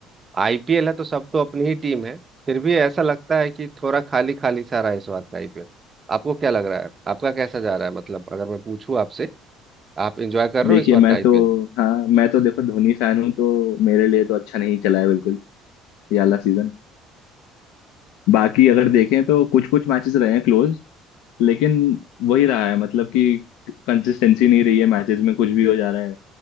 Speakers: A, on the right; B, on the left.
A: आईपीएल है तो सब तो अपनी ही टीम है फिर भी ऐसा लगता है कि थोड़ा खाली खाली सा रहा है इस बार का आईपीएल आपको क्या लग रहा है आपका कैसा जा रहा है मतलब अगर मैं पूछूं आपसे आप एंजॉय कर रहे
B: देखिए
A: हो इस बार
B: मैं
A: का आईपीएल?
B: तो हाँ मैं तो देखो धोनी फैन हूँ तो मेरे लिए तो अच्छा नहीं चला है बिल्कुल ये वाला सीजन बाकी अगर देखें तो कुछ कुछ मैचेस रहे हैं क्लोज लेकिन वही रहा है मतलब कि कंसिस्टेंसी नहीं रही है मैचेस में कुछ भी हो जा रहा है